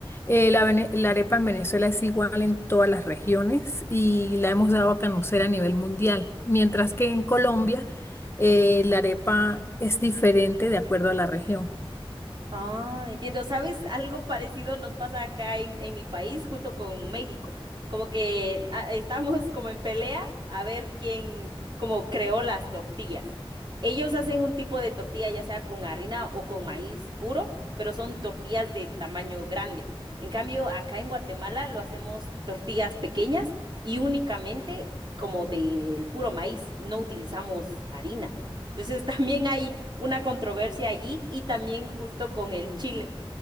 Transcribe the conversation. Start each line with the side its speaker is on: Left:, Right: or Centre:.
Left: eh, la, vene- la arepa en Venezuela es igual en todas las regiones y la hemos dado a conocer a nivel mundial, mientras que en Colombia eh, la arepa es diferente de acuerdo a la región.
Right: Ah, entiendo. ¿Sabes? Algo parecido nos pasa acá en, en mi país junto con México. Como que ah, estamos como en pelea a ver quién como creó las tortillas. Ellos hacen un tipo de tortilla ya sea con harina o con maíz puro, pero son tortillas de tamaño grande. En cambio, acá en Guatemala lo hacemos tortillas pequeñas y únicamente como del puro maíz. No utilizamos harina. Entonces <laughs> también hay una controversia allí y también justo con el chile.